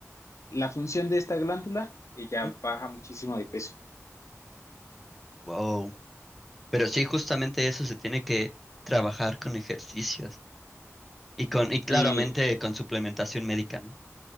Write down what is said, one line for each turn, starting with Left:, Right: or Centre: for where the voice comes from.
Left: la función de esta glándula, ella
Centre: mm,
Left: baja muchísimo de peso.
Centre: wow. Pero sí, justamente eso se tiene que trabajar con ejercicios y con, y claramente
Left: Eh,
Centre: con suplementación médica, ¿no?